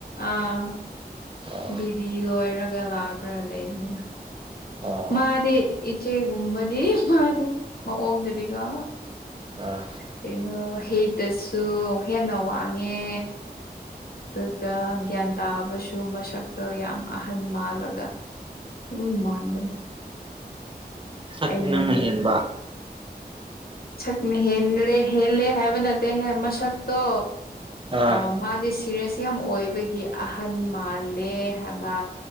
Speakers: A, on the left; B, on the right.
A: ꯑꯥ
B: ꯑꯥ
A: ꯕꯤꯗꯤ ꯂꯣꯏꯔꯒ ꯂꯥꯛꯈ꯭ꯔꯒ ꯂꯩꯕꯅꯤꯅ
B: ꯑꯥ
A: ꯃꯥꯗꯤ ꯏꯆꯦꯒꯨꯝꯕꯅꯤ ꯃꯥꯅꯦ ꯃꯑꯣꯡꯗꯨꯗꯤ ꯀꯣ
B: ꯑꯥ
A: ꯀꯩꯅꯣ ꯍꯤꯠꯇꯁꯨ ꯍꯦꯟꯅ ꯋꯥꯡꯉꯦ ꯑꯗꯨꯒ ꯒ꯭ꯌꯥꯟ ꯇꯥꯕꯁꯨ ꯃꯁꯛꯇꯣ ꯌꯥꯝ ꯑꯍꯟ ꯃꯥꯜꯂꯒ ꯑꯗꯨꯝ ꯃꯥꯟꯕꯅꯦ
B: ꯁꯛꯇꯤ
A: ꯑꯩꯅꯗꯤ
B: ꯅꯪꯅ ꯍꯦꯟꯕ
A: ꯁꯛꯅ ꯍꯦꯜꯂꯦ ꯍꯦꯜꯂꯦ ꯍꯥꯏꯕ ꯅꯠꯇꯦ ꯃꯁꯛꯇꯣ
B: ꯑꯥ
A: ꯑꯝ ꯃꯥꯗꯤ ꯁꯤꯔꯤꯌꯁ ꯌꯥꯝ ꯑꯣꯏꯕꯒꯤ ꯑꯍꯟ ꯃꯥꯜꯂꯦ ꯍꯥꯏꯕ